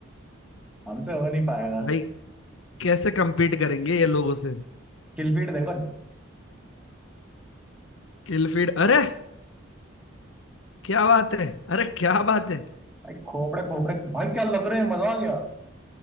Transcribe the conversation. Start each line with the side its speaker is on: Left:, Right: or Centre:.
Centre: हमसे हो नहीं पाएगा
Left: भाई कैसे कम्पीट करेंगे ये लोगों से
Centre: किलफीड देखो
Left: किल फीड अरे क्या बात है अरे क्या बात है
Centre: भाई खोपड़े खोपड़े भाई क्या लग रहे हैं मजा आ गया